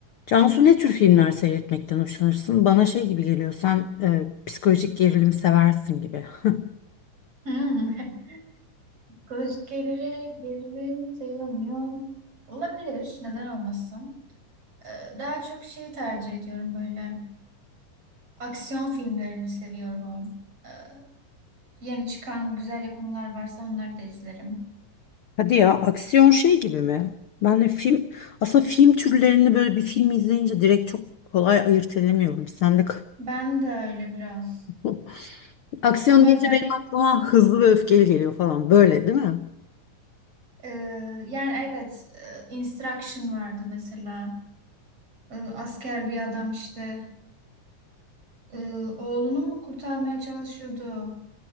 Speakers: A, on the left; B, on the right.
A: Cansu ne tür filmler seyretmekten hoşlanırsın? Bana şey gibi geliyor, sen e, psikolojik gerilim seversin gibi. <laughs>
B: Hmm. <laughs> Koç gerili, gerilim sevmiyorum. Olabilir. Neden olmasın? Ee, daha çok şey tercih ediyorum böyle. Aksiyon filmlerini seviyorum. Ee, yeni çıkan güzel yapımlar varsa onları da izlerim.
A: Hadi ya, aksiyon şey gibi mi? Ben de film, aslında film türlerini böyle bir film izleyince direkt çok kolay ayırt edemiyorum. Sen de
B: Ben de öyle biraz.
A: <laughs> aksiyon
B: Ama
A: deyince
B: özellikle
A: benim aklıma hızlı ve öfkeli geliyor falan böyle değil mi?
B: e, yani evet e, Instruction vardı mesela. E, asker bir adam işte e, oğlunu mu kurtarmaya çalışıyordu?